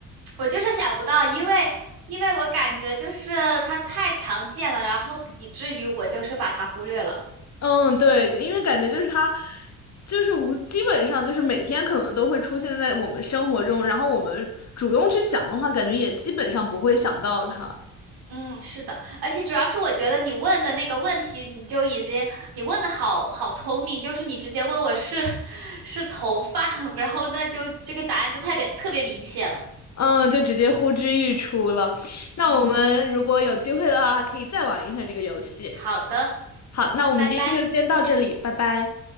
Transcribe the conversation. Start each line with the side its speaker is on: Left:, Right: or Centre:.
Right: 我就是想不到，因为因为我感觉就是它太常见了，然后以至于我就是把它忽略了。
Left: 嗯，对，因为感觉就是它，就是无，基本上就是每天可能都会出现在我们生活中，然后我们主动去想的话，感觉也基本上不会想到它。
Right: 嗯，是的，而且主要是我觉得你问的那个问题，你就已经你问的好好聪明，就是你直接问我是 <laughs> 是头发，<laughs> 然后那就这个答案就特别特别明显了。
Left: 嗯，就直接呼之欲出了。那我们如果有机会的话，
Right: 嗯，
Left: 还可以再玩一下这个游戏。
Right: 好的，
Left: 好，那我们今天就先到这里，
Right: 那拜拜。
Left: 拜拜。